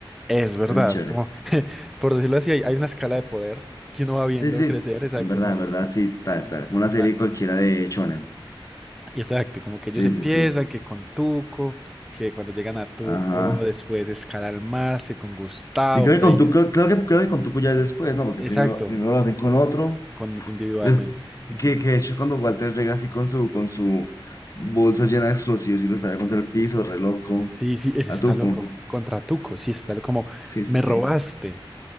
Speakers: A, in the centre; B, on the left.
A: es verdad.
B: Eso es chévere.
A: Como, <laughs> por decirlo así, hay, hay una escala de poder que uno va viendo
B: Sí, sí,
A: crecer, exacto.
B: en verdad,
A: Como,
B: en verdad, sí, tal,
A: como-
B: tal, como una serie
A: ah,
B: cualquiera de Shonen.
A: exacto, como que ellos
B: Sí,
A: empiezan,
B: sí, sí.
A: que con Tuco, que cuando llegan a Tuco,
B: Ajá.
A: después escalan más, que con Gustavo,
B: Sí, creo
A: pero
B: que con
A: hay gente.
B: tu, creo, creo que, creo que con Tuco ya es después, ¿no? Porque
A: Exacto,
B: primero, primero lo hacen con otro.
A: con individualmente.
B: des-
A: Ujú.
B: que, que de hecho cuando Walter llega así con su, con su bolsa llena de explosivos y lo estalla contra el piso, re loco.
A: Sí, sí, él
B: A
A: está
B: Tuco.
A: loco. Contra Tuco, sí, está loco. Como,
B: Sí, sí,
A: me
B: sí.
A: robaste. <laughs>